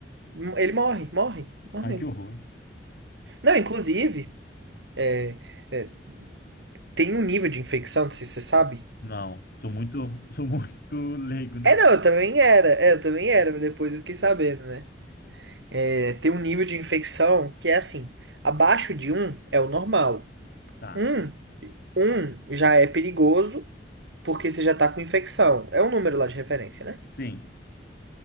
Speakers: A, on the right; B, on the left.
A: m- ele morre, morre, morre
B: Ai,
A: mesmo.
B: que horror.
A: Não, inclusive, é, é, tem um nível de infecção, não sei se você sabe.
B: Não, sou muito, <laughs> sou muito leigo nessa.
A: É, não, eu também era, é, eu também era, mas depois eu fiquei sabendo, né? É, tem um nível de infecção que é assim, abaixo de um é o normal.
B: Tá.
A: um, um já é perigoso porque você já tá com infecção. É um número lá de referência, né?
B: Sim,